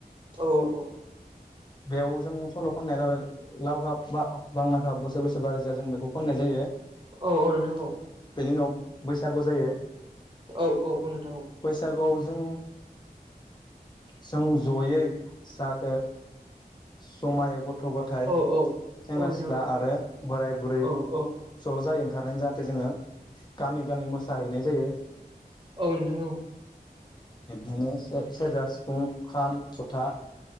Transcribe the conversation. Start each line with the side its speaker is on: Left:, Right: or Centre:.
Right: औ औ
Left: बेयाव जों सल' खननाया जाबाय लाव खा बा बांना खा बोसोर बोसोर बारि जा जों बेखौ खन्नाय जायो।
Right: औ औ नोंथां औ
Left: बेनि उनाव बैसागु जायो।
Right: औ औ नोंथां औ
Left: बैसागुआव जों जों ज'यै जाहाथे जमायै ग थ' गथाय
Right: औ औ औ
Left: सेंग्रा
Right: औ नोंथां
Left: सिख्ला आरो बोराय बुरै
Right: औ औ
Left: ज' जायो <unintelligible> जाहाथे जोङो गामि गामि मोसाहैनाय जायो।
Right: औ नोंथां औ
Left: बिब्दिनो सेरजा सिफुं खाम जथा